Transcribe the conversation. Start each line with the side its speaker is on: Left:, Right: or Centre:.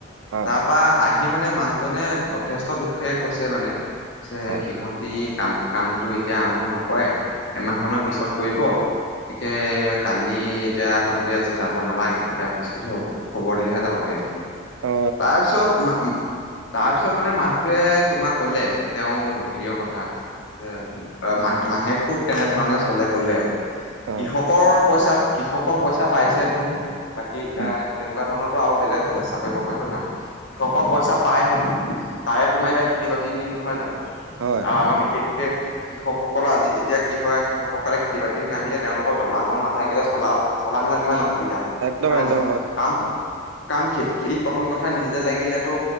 Right: হয় অ
Left: তাৰপৰা
Right: অ
Left: আহি মানে মানুহজনে যথেষ্ট দুখেৰে কৈছে মানে পিছে
Right: অ
Left: সিহঁতি কাম কামটো এতিয়া আৰম্ভ নকৰে এমাহ মানৰ পিছত কৰিব গতিকে কালি এতিয়া তহঁতি আজি যাব নালাগে এতিয়া পিছতহে হ'ব খবৰ দিলেহে যাব পাৰিবি
Right: অ
Left: তাৰপিছত মাতিলে তাৰপিছত মানে মানুহটোৱে তোমাক ক'লে তেওঁৰ হেৰিৰ কথা যে মাহ মাহেকটোক কেনেধৰণে চলে ক'লে,
Right: অ
Left: কৃষকৰ পইচা কৃষকৰ পইছা পাইছে হেনো বাকি
Right: উম
Left: এ, তেনেকুৱা ধৰণৰতো আৰু বেলেগ চাকৰি -বাকৰিটো নাই। কৃষকৰ পইচা পায় হেনো তাৰে তোমাৰ এতিয়া খেতি -বাতিৰ দিন নহয় জানো?
Right: হয়
Left: আৰু আমাৰ বিশেষকে কৃষকসকলৰ আজি এতিয়া কি হয় কৃষকসকলে খেতি বাতিত নামিলে তেওঁলোকৰ জমা ধন নাথাকিলে চলা চলা -মেলাত কিমান অসুবিধা!
Right: একদম একদম হয়।
Left: কাৰণ,
Right: হয়
Left: কাৰণ খেতি! খেতিত প্ৰথম কথা নিজে লাগিলেতো